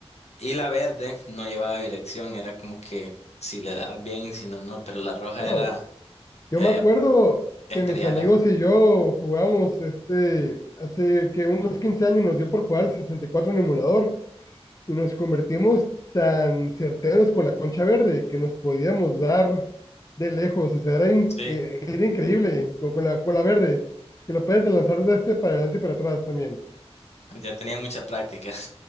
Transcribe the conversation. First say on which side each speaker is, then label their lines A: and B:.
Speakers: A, on the left; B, on the left.
A: Y la verde no llevaba dirección, era como que si le daba bien, si no, no, pero la roja
B: No,
A: era
B: Yo
A: eh,
B: me acuerdo
A: estrellada.
B: que mis amigos y yo jugamos este, hace que unos 15 años nos dio por jugar al 64 en emulador y nos convertimos tan certeros con la concha verde que nos podíamos dar de lejos, o sea, era, in-
A: Sí,
B: eh, era increíble con, con la, con la verde, que lo puedes lanzar de este para adelante y para atrás también.
A: ya tenía mucha práctica.